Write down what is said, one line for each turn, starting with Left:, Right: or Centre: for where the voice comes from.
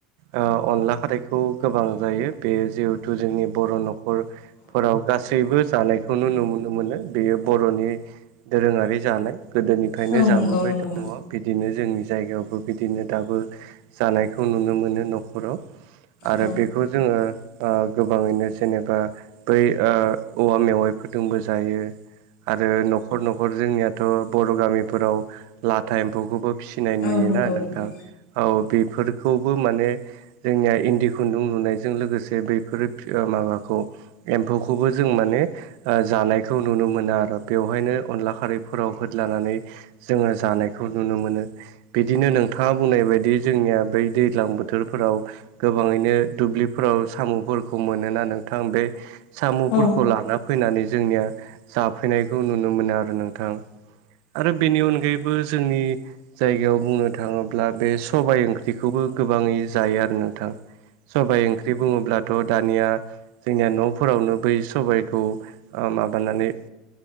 Right: ओ अनला खारैखौ गोबां जायो बे जिहेथु जोंनि बर' न'खर फोराव गासैबो जानायखौ नुमोनो मोनो बेयो बर'नि दोरोङारि जानाय। गोदोनिफ्रायनो
Left: औ
Right: जाबोबाय
Left: नंगौ नंगौ
Right: द' बिदिनो जोंनि जायगायावबो बिदिनो दाबो जानायखौ नुनो मोनो न'खराव आरो
Left: औ
Right: बेखौ जोङो ओ गोबाङैनो जेनेबा बै ओ औवा मेवाइफोरदोंबो जायो। आरो न'खर न'खर जोंनियाथ' बर' गामिफोराव लाथा एम्फौखौबो फिसिनाय नुयोना
Left: औ नंगौ
Right: नोंथां
Left: नंगौ
Right: औ बेफोरखौबो माने जोंनिया इन्दि खुन्दुं लुनायजों लोगोसे बैफोर <inaudible> ओ माबाखौ एम्फौखौबो जों माने ओ जानायखौ नुनो मोनो आर' बेवहायनो अनला खारैफोराव होदलानानै जोङो जानायखौ नुनो मोनो। बिदिनो नोंथाङा बुंनाय बायदि जोंनिया बै दैज्लां बोथोरफोराव गोबाङैनो दुब्लिफोराव साम'फोरखौ मोनोना नोंथां बे साम'फोरखौ
Left: औ
Right: लाना फैनानै जोंनिया जाफैनायखौ नुनो मोनो आरो नोंथां आरो बेनि अनगायै बो जोंनि जायगायाव बुंनो थाङोब्ला बे सबाइ ओंख्रिखौबो गोबाङै जायो आरो नोंथां। सबाइ ओंख्रि बुङोब्लाथ' दानिया जोंनिया न'फोरावनो बै सबायखौ माबानानै